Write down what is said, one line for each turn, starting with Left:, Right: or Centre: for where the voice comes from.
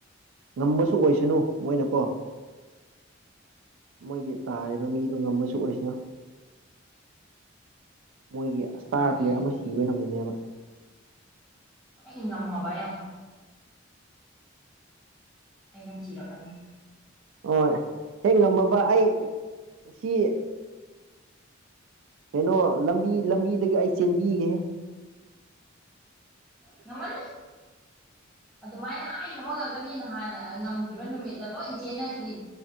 Right: ꯉꯝꯕꯁꯨ ꯑꯣꯏꯁꯅꯨ ꯃꯣꯏꯅꯀꯣ ꯃꯣꯏꯒꯤ ꯇꯥꯔꯤꯕ ꯃꯤꯗꯣ ꯉꯝꯕꯁꯨ ꯑꯣꯏꯁꯤꯅꯨ <unintelligible> ꯃꯣꯏꯒꯤ
Centre: ꯅꯪ ꯅꯨꯡꯉꯥꯏꯅꯤ
Right: ꯏꯁꯇꯥꯔ ꯄ꯭ꯂꯦꯌꯔ
Centre: ꯑꯗꯨ
Right: ꯑꯃ
Centre: ꯅꯨꯃꯤꯠꯇ
Right: ꯁꯤꯕ ꯅꯝꯃꯤꯅꯦꯕ
Centre: ꯏ ꯉꯝꯃꯕꯥꯏ ꯑ ꯑꯩ ꯅꯪ ꯊꯤꯔꯛꯀꯅꯤ
Right: ꯍꯣꯏ ꯍꯦꯛ ꯉꯝꯃꯕ ꯑꯩ ꯁꯤ ꯀꯩꯅꯣ ꯂꯝꯕꯤ ꯂꯝꯕꯤꯗꯒꯤ ꯑꯩ ꯆꯦꯟꯕꯤꯒꯦꯍꯦ
Centre: ꯉꯃꯜ ꯑꯗꯨꯃꯥꯏꯅ ꯍꯥꯏꯕ ꯉꯥꯛꯇꯅꯤ ꯅꯍꯥꯟꯅ ꯉꯝꯈꯤꯕ ꯅꯨꯃꯤꯠꯇ ꯂꯣꯏ ꯆꯦꯟꯅꯈ꯭ꯔꯤ